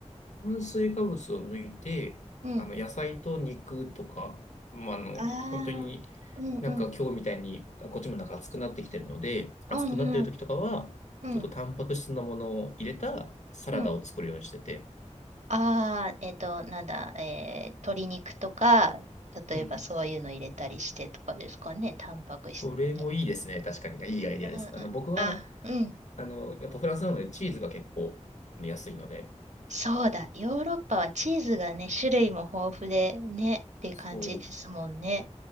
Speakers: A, on the left (about 75°); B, on the right (about 75°).
A: 炭水化物を抜いて、
B: うん。
A: あの、野菜と肉とか、まあ、あの、
B: あ
A: 本当に、
B: あ、うんうん。
A: なんか今日みたいに、あ、こっちもなんか暑くなってきてるので、
B: うんうん。
A: 暑くなってる時とかは、
B: うん
A: ちょっとタンパク質のものを入れたサラダを作るようにしてて。
B: うん。ああ、えっと、なんだ、えー、鶏肉とか、例えばそういうの入れたりしてとかですかね、
A: うん。
B: タンパク質って。
A: それもいいですね、確かに。いいアイディアです。
B: うんうん。
A: あの、僕は、
B: あ、うん
A: あの、やっぱフランスなのでチーズが結構、あの、安いので、
B: そうだ、ヨーロッパはチーズがね、種類も豊富でね、って感じですもんね。
A: そ